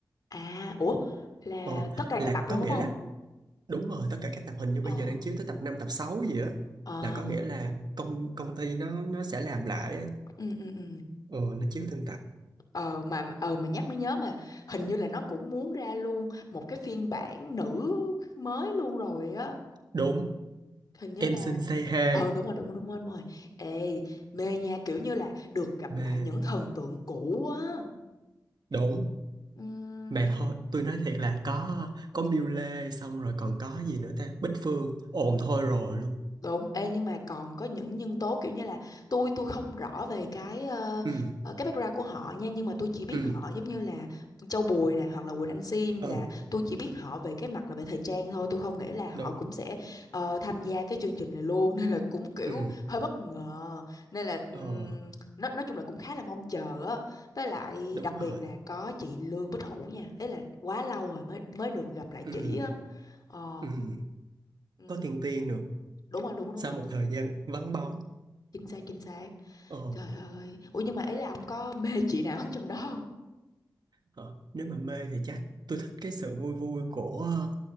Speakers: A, on the left (about 55°); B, on the right (about 65°).
A: à ủa là
B: Ờ,
A: tất cả
B: là
A: các tập luôn
B: có
A: đúng
B: nghĩa
A: không
B: là Đúng rồi, tất cả các tập hình như
A: Ờ.
B: bây giờ đang chiếu tới tập 5 tập 6 gì á
A: ờ
B: là có nghĩa là công công ty nó nó sẽ làm lại á.
A: ừ ừ ừ
B: Ừ, nó chiếu từng tập.
A: ờ mà mà- ờ mà nhắc mới nhớ mà hình như là nó cũng muốn ra luôn một cái phiên bản nữ mới luôn rồi á
B: Đúng,
A: hình như
B: em
A: là
B: xin say hi.
A: ờ đúng rồi đúng rồi đúng rồi đúng rồi ê mê nha kiểu như là được gặp
B: Mê.
A: lại những thần tượng cũ á
B: Đúng.
A: ừ
B: Mà thôi, tôi nói thiệt là có có Miu Lê xong rồi còn có gì nữa ta? Bích Phương. Ồn thôi rồi luôn.
A: Đúng, ê nhưng mà còn có những nhân tố kiểu như là tôi tôi không rõ về cái ờ,
B: Ừ,
A: ờ, cái background của họ nha nhưng mà tôi chỉ biết
B: ừ,
A: họ giống như là Châu Bùi nè hoặc là Quỳnh Anh Xin
B: ừ,
A: là tôi chỉ biết họ về cái mặt là về thời trang thôi tôi không nghĩ là họ
B: đúng.
A: cũng sẽ ờ, tham gia cái chương trình này luôn <laughs> nên là cũng kiểu
B: Ừ,
A: hơi bất ngờ nên là ừm,
B: ờ,
A: nói nói chung là cũng khá là mong chờ á với lại
B: đúng
A: đặc
B: rồi.
A: biệt là có chị Lương Bích Hữu nha ấy là quá lâu rồi mới mới được gặp lại chị
B: Ừ,
A: á ờ
B: ừ,
A: ừm,
B: có tiền Tiên nữa.
A: đúng rồi đúng đúng
B: Sau
A: rồi
B: một thời gian vắng bóng.
A: chính xác chính xác
B: Ờ.
A: trời ơi ủa nhưng mà ấy là ông có mê chị nào trong đó không
B: Ờ, nếu mà mê thì chắc tôi thích cái sự vui vui của ờ,